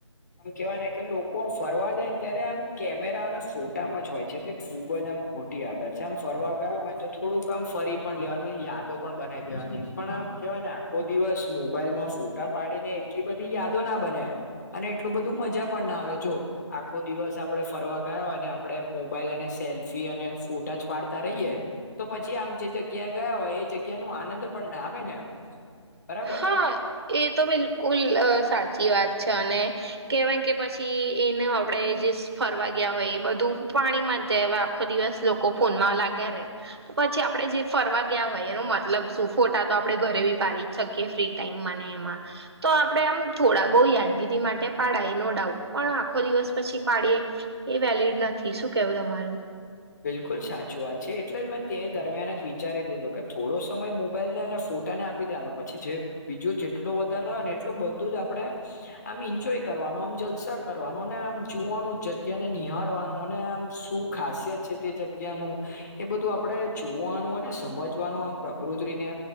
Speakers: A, on the left; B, on the right.
A: આમ કહેવાય ને કે લોકો ફરવા જાય ને ત્યારે આમ કેમેરા અને ફોટામાં જ હોય છે તે ખૂબ જ આમ ખોટી આદત છે. આમ ફરવા ગયા હોય તો થોડુંક આમ ફરી પણ લેવાનું, યાદો પણ બનાઈ દેવાનું પણ આમ કહેવાય ને, આખો દિવસ મોબાઈલમાં ફોટા પાડીને એટલી બધી યાદો ન બને. અને એટલુ બધૂ મજા પણ ન આવે જો આખો દિવસ આપડે ફરવા ગયા અને આપડે મોબાઈલમાં સેલ્ફી અને ફોટા જ પાડતા રહીએ તો પછી આમ જે જગ્યાએ ગયા હોય, એ જગ્યાનો આનંદ પણ ન આવે ને બરાબર
B: હા,
A: ને
B: એ તો બિલકુલ સાચી વાત છે. અને કહેવાય કે પછી એને આપડે જે ફરવા ગયા હોય એ બધું પાણીમાં જ જાય, આખો દિવસ લોકો ફોનમાં લાગ્યા રે પછી આપડે જે ફરવા ગયા હોય એનો મતલબ શું? ફોટા તો આપડે ઘરે બી પાડી શ કિયે ફ્રી ટાઈમમાં ને એમાં તો આપડે આમ થોડા-બહુ યાદગીરી માટે પાડાય નો ડાઉડ પણ હા ખો દિવસ પછી પાડીએ એ વેલિડ નથી શું કેવું તમારું?
A: બિલકુલ સાચી વાત છે, એટલે જ મેં તે દરમિયાન જ વિચારી લીધું કે થોડો સમય મોબાઈલને અને ફોટાને આપી દેવાનું પછી જે બીજું જેટલું વધારે ને, એટલું બધું જ આપડે આમ એન્જોય કરવાનું, આમ જલસા કરવાનું અને આમ જોવાનું, જગ્યાને નિહાળવાનું, અને આમ શું... ખાસિયત. છે તે જગ્યાનું એ બધું આપણે જોવાનું અને સમજવાનું, આમ પ્રકૃતિને...